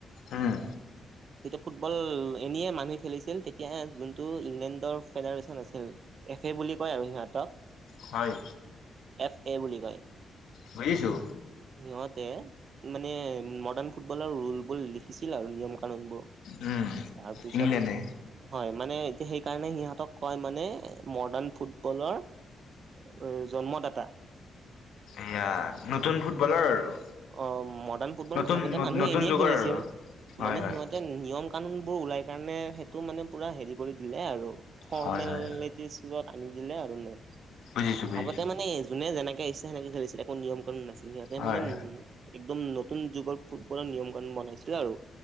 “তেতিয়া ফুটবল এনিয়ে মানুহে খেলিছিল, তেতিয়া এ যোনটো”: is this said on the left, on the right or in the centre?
Right